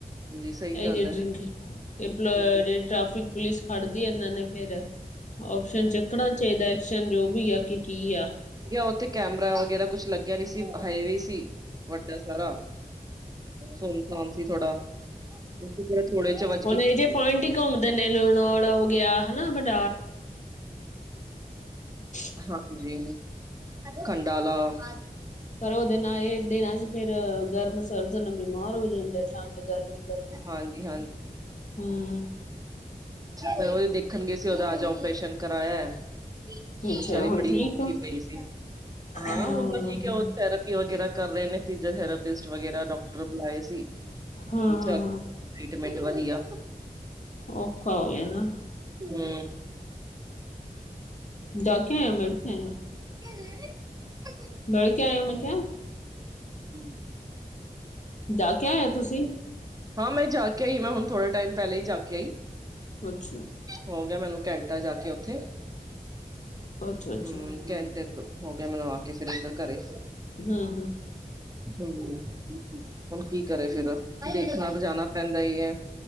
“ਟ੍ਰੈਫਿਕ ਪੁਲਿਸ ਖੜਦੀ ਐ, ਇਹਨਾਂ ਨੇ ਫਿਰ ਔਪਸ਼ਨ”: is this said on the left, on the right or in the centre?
Left